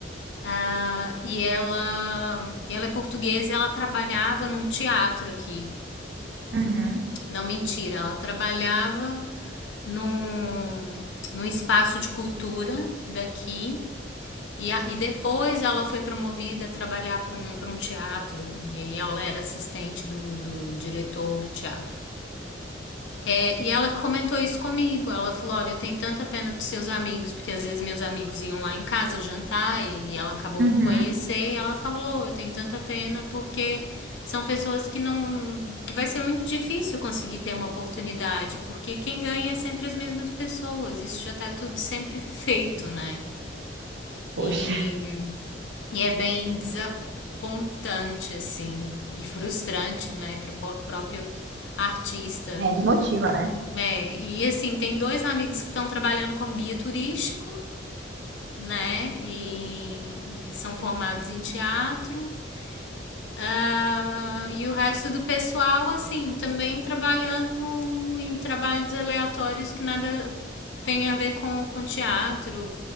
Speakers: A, on the left; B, on the right.
A: ah, e ela, ela é portuguesa e ela trabalhava num teatro aqui.
B: Uhum.
A: Não, mentira, ela trabalhava num, num espaço de cultura daqui. E, a- e depois ela foi promovida a trabalhar para um, para um teatro. E aí ela era assistente do, do diretor do teatro. É, e ela comentou isso comigo. Ela falou: Olha, eu tenho tanta pena dos seus amigos, porque às vezes meus amigos iam lá em casa jantar e, e ela acabou
B: Uhum.
A: por conhecer. E ela falou: Eu tenho tanta pena porque são pessoas que não. que vai ser muito difícil conseguir ter uma oportunidade, porque quem ganha é sempre as mesmas pessoas. Isso já tá tudo sempre feito, né?
B: Poxa,
A: E, e é bem desapontante, assim, e frustrante, né, pro pró- próprio artista.
B: é, desmotiva, né?
A: É, e assim, tem dois amigos que estão trabalhando como guia turístico, né? E, e são formados em teatro. Ah, e o resto do pessoal, assim, também trabalhando em trabalhos aleatórios que nada tem a ver com, com teatro,